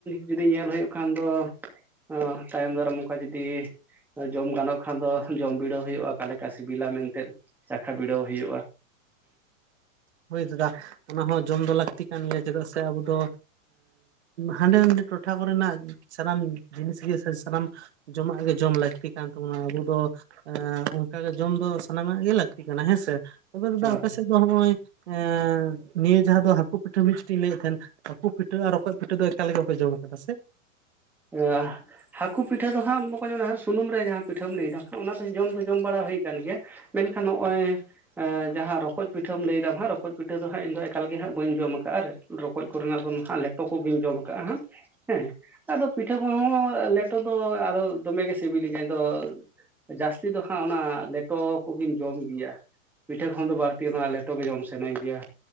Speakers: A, in the centre; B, on the right.
A: ᱡᱩᱫᱤ ᱧᱮᱞ ᱦᱩᱭᱩᱜ ᱠᱷᱟᱱ ᱫᱚ, ᱚ ᱛᱟᱭᱚᱢ ᱫᱟᱨᱟᱢ ᱚᱱᱝᱼᱠᱟ ᱡᱩᱫᱤᱼᱼ ᱡᱚᱢ ᱜᱟᱱᱚᱜ ᱠᱷᱟᱱ ᱫᱚ ᱡᱚᱢ ᱵᱤᱰᱟᱹᱣ ᱦᱩᱭᱩᱜᱼᱟ ᱚᱠᱟᱞᱮᱠᱟ ᱥᱤᱵᱤᱞᱟ ᱢᱮᱱᱛᱮ, ᱪᱟᱠᱷᱟ ᱵᱤᱲᱟᱹᱣ ᱦᱩᱭᱩᱜᱼᱟ᱾
B: ᱦᱩᱭ ᱫᱟᱫᱟ ᱚᱱᱟ ᱦᱚᱸ ᱡᱚᱢ ᱫᱚ ᱞᱟᱹᱠᱛᱤ ᱠᱟᱱ ᱜᱮᱭᱟ ᱪᱮᱫᱟᱜ ᱥᱮ ᱟᱵᱚ ᱫᱚᱼᱼ ᱦᱟᱸᱰᱮ ᱱᱟᱰᱮ ᱴᱚᱴᱷᱟ ᱠᱚᱨᱮᱱᱟᱜ ᱥᱟᱱᱟᱢ ᱡᱤᱱᱤᱥ ᱜᱮ ᱥᱟᱱᱟᱢᱼᱼ ᱡᱚᱢᱟᱜ ᱜᱮ ᱡᱚᱢ ᱞᱟᱹᱠᱛᱤ ᱠᱟᱱ ᱛᱟᱵᱚᱱᱟ ᱟᱵᱚ ᱫᱚᱼᱼ ᱚᱱᱠᱟᱜᱮ ᱡᱚᱢ ᱫᱚ ᱥᱟᱱᱟᱢᱟᱜ ᱜᱮ ᱞᱟᱹᱠᱛᱤ ᱠᱟᱱᱟ ᱦᱮᱸᱥᱮ ᱛᱚᱵᱮ ᱫᱟᱫᱟ
A: ᱦᱳᱭ
B: ᱟᱯᱮ ᱥᱮᱫ ᱫᱚ ᱱᱚᱜᱼᱚᱭ
A: <inaudible>
B: ᱮᱸ ᱱᱤᱭᱟᱹ ᱡᱟᱦᱟᱸ ᱫᱚ ᱦᱟᱹᱠᱩ ᱯᱤᱴᱷᱟᱹ ᱢᱤᱫ ᱪᱮᱱ ᱤᱧ ᱞᱟᱹᱭᱮᱫ ᱛᱟᱦᱮᱸᱱ ᱦᱟᱹᱠᱩ ᱯᱤᱴᱷᱟᱹ ᱟᱨ ᱨᱚᱠᱚᱡ ᱯᱤᱴᱷᱟᱹ ᱫᱚ ᱮᱠᱟᱞᱮᱯᱮ ᱡᱚᱢ ᱠᱟᱫᱟ ᱥᱮ?
A: ᱟ ᱦᱟᱹᱠᱩ ᱯᱤᱴᱷᱟᱹ ᱫᱚ ᱦᱦᱟᱸᱜ ᱵᱟᱠᱚ ᱥᱩᱱᱩᱢ ᱨᱮ ᱡᱟᱦᱟᱸ ᱯᱤᱴᱷᱟᱹᱢ ᱞᱟᱹᱭᱫᱟᱟ ᱚᱱᱟ ᱫᱚ ᱡᱚᱢ ᱫᱚ ᱡᱚᱢ ᱵᱟᱲᱟ ᱦᱩᱭ ᱠᱟᱱ ᱜᱮᱭᱟ᱾ ᱢᱮᱱ ᱠᱷᱟᱱ ᱱᱚᱜᱼᱚᱭᱼᱼ ᱡᱟᱦᱟᱸ ᱨᱚᱠᱚᱡ ᱯᱤᱴᱷᱟᱹᱢ ᱞᱟᱹᱭ ᱫᱟᱢ ᱦᱟᱸᱜ ᱨᱚᱠᱚᱡ ᱯᱤᱴᱷᱟᱹ ᱫᱚ ᱦᱟᱸᱜᱧ ᱮᱠᱟᱞ ᱜᱮᱮ ᱦᱟᱸᱜ ᱵᱟᱹᱧ ᱡᱚᱢ ᱟᱠᱟᱫᱼᱟ ᱟᱨᱼᱼ ᱨᱚᱠᱚᱡ ᱠᱚᱨᱮᱱᱟᱜ ᱫᱚ ᱱᱟᱦᱟᱜ ᱞᱮᱴᱚ ᱠᱚᱜᱮᱢ ᱡᱚᱢ ᱠᱟᱜᱼᱟ, ᱦᱟᱸᱜ ᱦᱮᱸ ᱟᱫᱚ ᱯᱤᱴᱷᱟᱹ ᱠᱚᱦᱚᱸ ᱞᱮᱴᱚ ᱫᱚ ᱟᱫᱚ ᱫᱚᱢᱮᱜᱮ ᱜᱮ ᱥᱤᱵᱤ ᱞᱤᱧᱟ ᱫᱚᱼᱼ ᱡᱟᱹᱥᱛᱤ ᱫᱚ ᱦᱟᱸᱜ ᱚᱱᱟ ᱞᱮᱴᱚ ᱠᱚᱜᱮᱧ ᱡᱚᱢ ᱜᱮᱭᱟ᱾ ᱯᱤᱴᱷᱟᱹ ᱠᱷᱚᱱ ᱫᱚ ᱵᱟᱹᱲᱛᱤ ᱞᱮᱴᱚ ᱜᱮ ᱡᱚᱢ ᱥᱟᱱᱟᱧ ᱜᱮᱭᱟ᱾